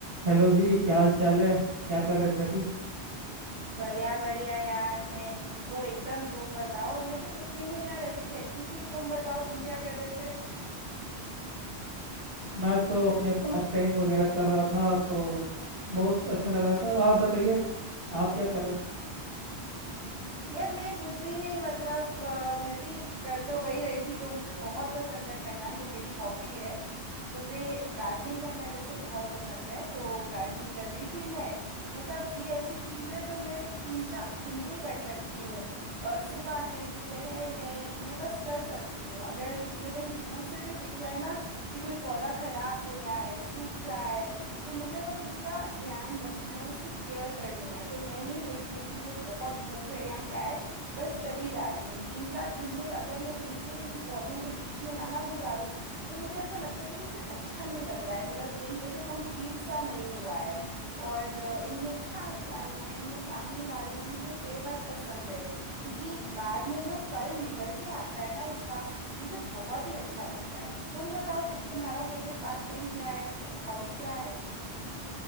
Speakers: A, on the right (about 60°); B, on the right (about 75°).
A: Hello जी क्या हाल चाल है क्या कर रहे थे अभी
B: बढ़िया बढ़िया यार मैं ठीक हूँ एकदम तुम बताओ मैं तो कुछ भी नहीं यार ऐसे ही बैठी थी तुम बताओ तुम क्या कर रहे थे
A: मैं तो अपने पास टाइम वगैरह कर रहा था तो बहुत अच्छा लग रहा था आप बताइए आप क्या कर रहे
B: यार मैं कुछ भी नहीं मतलब अ, मैं भी कर तो वही रही थी जो मुझे बहुत पसंद है करना जो मेरी हॉबी है मुझे गार्डनिंग करना जैसे बहुत पसंद है तो गार्डनिंग कर रही थी मैं मतलब ये ऐसी चीज़ है जो मैं तीन चार घंटे कर सकती हूँ अ, सुबह है दोपहर है मैं बस कर सकती हूँ अगर मुझे कहीं दूर से भी दिख जाए ना कि कोई पौधा खराब हो रहा है सूख रहा है तो मुझे बस उसका ध्यान रखना है उसकी केयर करनी है फिर मैं नहीं देखती हूँ कि वो बहुत धूप है या क्या है बस चली जाती हूँ तीन चार घंटे अगर मैं दिन के इन पौधों के बीच में ना ना गुजारूं तो मुझे ऐसा लगता है कि मुझे अच्छा नहीं लग रहा है मेरा दिन जैसे कंप्लीट सा नहीं हुआ है और अ, इनमें खाद डालना इनमें पानी डालना मुझे बेहद पसंद है क्योंकि बाद में जो फल निकल के आता है ना इसका मुझे बहुत ही अच्छा लगता है तुम बताओ तु- तुम्हारा फेवरेट पास टाइम क्या है हॉबी क्या है